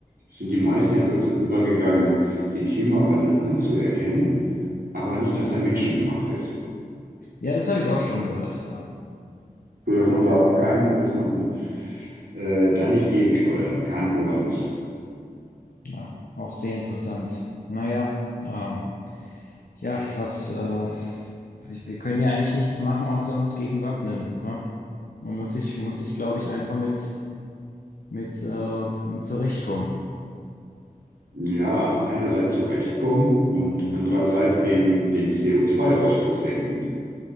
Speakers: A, on the right (about 75°); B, on the left (about 70°).
A: sind die meisten jetzt dazu übergegangen, den Klimawandel anzuerkennen, aber nicht, dass er menschengemacht ist.
B: Ja, das habe ich auch schon gehört. Ja,
A: So dass man da auf keinen, dass man äh, da nicht gegensteuern kann oder muss.
B: ja auch sehr interessant. Naja, ähm, ja, was, äh, ich, wir können ja eigentlich nichts machen, außer uns gegen wappnen, ne? Man muss sich, muss sich, glaube ich, einfach mit, mit, äh, mit zurechtkommen.
A: ja, einerseits zurechtkommen und andererseits eben den CO2-Ausstoß senken.